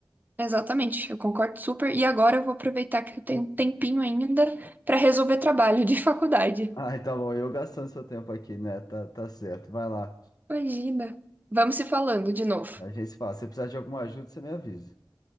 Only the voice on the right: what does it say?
Exatamente, eu concordo super. E agora eu vou aproveitar que eu tenho um tempinho ainda para resolver trabalho de <laughs> faculdade.
Imagina. Vamos se falando de novo.